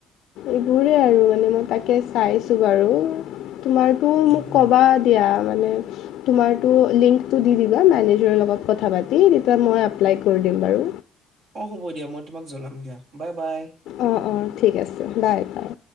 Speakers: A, on the left; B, on the right.
A: এইবোৰেই আৰু মানে মই তাকে চাইছোঁ বাৰু। তোমাৰতো মোক
B: হ'ব
A: ক'বা দিয়া মানে তোমাৰটো লিংকটো দি দিবা মেনেজাৰৰ লগত কথা পাতি তেতিয়া মই এপ্লাই কৰি দিম বাৰু।
B: অ হ'ব দিয়া মই তোমাক জনাম দিয়া বাই বাই।
A: অঁ অঁ ঠিক আছে বাই বাই।